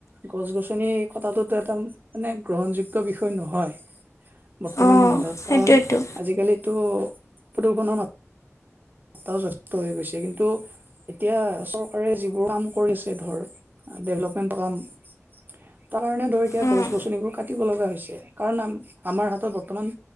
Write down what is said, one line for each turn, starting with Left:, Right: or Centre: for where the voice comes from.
Right: গছ-গছনি কটাটো একদম, মানে, গ্ৰহণযোগ্য বিষয় নহয়। বৰ্তমান
Left: অঁ
Right: সময়ত,
Left: সেইটোৱেতো।
Right: কাৰণ আজিকালিতো প্ৰদূষণৰ মাজ ত যথেষ্টই হৈ গৈছে। কিন্তু এতিয়া চৰকাৰে যিবোৰ কাম কৰিছে, ধৰ ডেভেলপমেণ্টৰ কাম তাৰ কাৰণে, ধৰ, এতিয়া
Left: উম
Right: গছ-গছনিবোৰ কাটিব লগা হৈছে। কাৰণ আম-আমাৰ হাতত বৰ্তমান